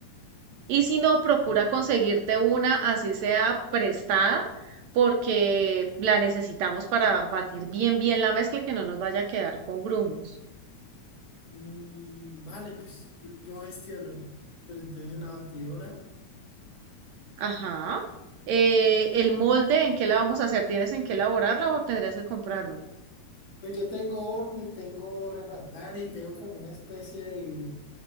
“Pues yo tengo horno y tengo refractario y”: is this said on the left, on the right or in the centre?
Left